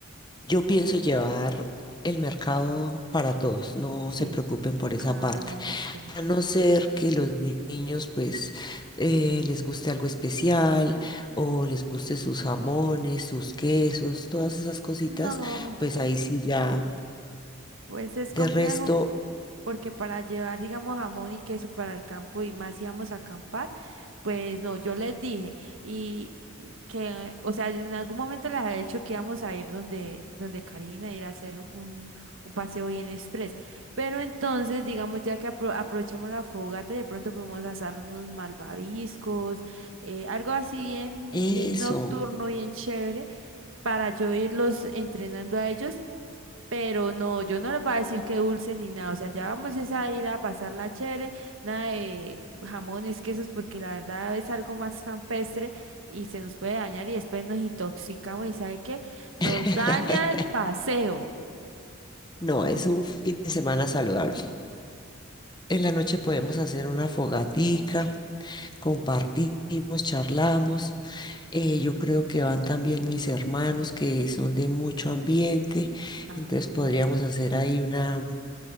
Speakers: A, on the left; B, on the right.
A: Yo pienso llevar el mercado para todos, no
B: Sí.
A: se preocupen por esa
B: Ah,
A: parte.
B: listo, listo.
A: A no ser que los ni- niños pues eh, les guste algo especial o les guste sus jamones, sus quesos, todas esas cositas,
B: No,
A: pues ahí sí ya.
B: pues es complejo
A: De resto,
B: porque para llevar, digamos, jamón y queso para el campo y más íbamos a acampar, pues no, yo les dije y que, o sea, en algún momento les había dicho que íbamos a ir donde, donde Karina, ir a hacer un, un paseo bien express, pero entonces, digamos, ya que apro- aprovechemos la fogata, de pronto podemos asar unos malvaviscos, eh, algo así bien,
A: eso.
B: bien nocturno, bien chévere, para yo irlos entrenando a ellos pero no, yo no les voy a decir que dulce ni nada. O sea, ya vamos es a ir a pasarla chévere, nada de jamones, quesos, porque la verdad es algo más campestre y se nos puede dañar y después nos intoxicamos y ¿sabe qué? Nos
A: <laughs>
B: daña el paseo.
A: No, es un fin de semana saludable. En la noche podemos hacer una fogatica, compartimos, charlamos. Eh, yo creo que van también mis hermanos que son de mucho ambiente,
B: Ah,
A: entonces podríamos
B: bueno.
A: hacer ahí una,